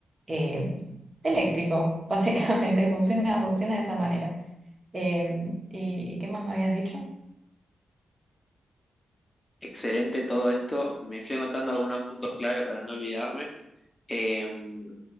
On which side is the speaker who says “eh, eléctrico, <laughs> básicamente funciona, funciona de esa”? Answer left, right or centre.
Right